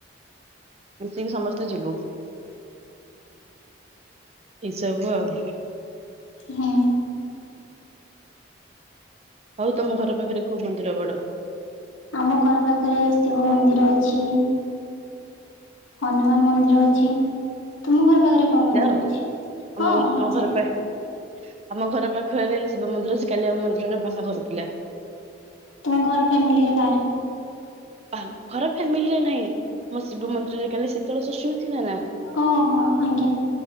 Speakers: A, on the right; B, on the left.
A: ମିଶିକି ସମସ୍ତେ ଯିବୁ। ଏସବୁ ଆଉ।
B: ହଁ।
A: ହଉ ତମ ଘର ପାଖରେ କୋଉ ମନ୍ଦିର ବଡ଼?
B: ଆମ ଘର ପାଖରେ ଶିବ ମନ୍ଦିର ଅଛି। ହନୁମାନ୍ ମନ୍ଦିର ଅଛି। ତୁମ ଘର ପାଖରେ କଉ ମନ୍ଦିର
A: ଯାଅ
B: ଅଛି?
A: ଆମ
B: ହଁ ମୁଁ
A: ଆମ ଘର
B: ଯାଏ।
A: ପାଖ ଆମ ଘର ପାଖରେ ଶିବ ମନ୍ଦିର ଅଛି କାଲି ଆମ ମନ୍ଦିରରେ ବାହାଘର ଥିଲା।
B: ତୁମ ଘର ଫ୍ୟାମିଲୀ ରେ କାହାରେ?
A: ଆ ଘର ଫ୍ୟାମିଲିରେ ନାହିଁ ଆମ ଶିବ ମନ୍ଦିରରେ କାଲି ଶୀତଳ ଷଷ୍ଠୀ ନ ଥିଲା ନା?
B: କଣ? ଆଜ୍ଞା।